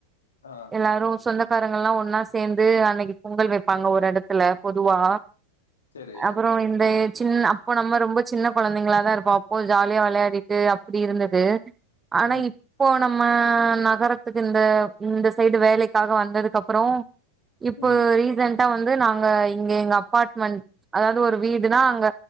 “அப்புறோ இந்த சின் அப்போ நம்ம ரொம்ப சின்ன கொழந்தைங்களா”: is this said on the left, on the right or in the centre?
Right